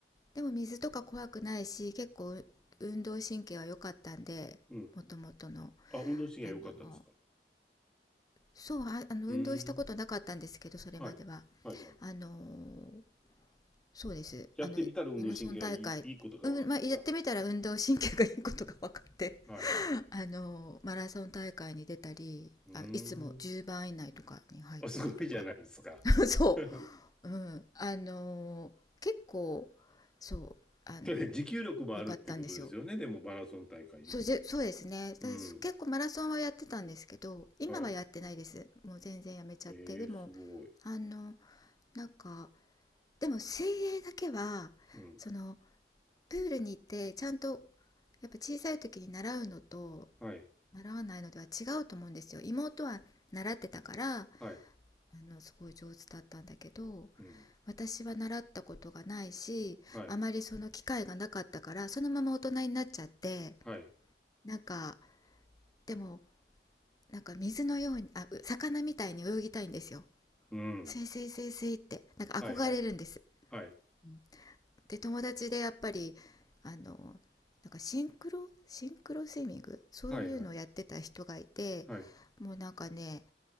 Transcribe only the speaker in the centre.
うん。あ、運動神経良かったんですか
うーん。
はい。はいはい。
やってみたら運動神経がいい、
いいことが分かった。
はい。
うー
ん。あ、すごいじゃないですか。
<laughs>
それ持久力もあるってことですよね。
でもマラソン大会。
うん。
はい。
ええすごい。
うん。
はい。
はい。
うん。
はい。はい。
うん。
はいはい。はい。
はい。はい。はい。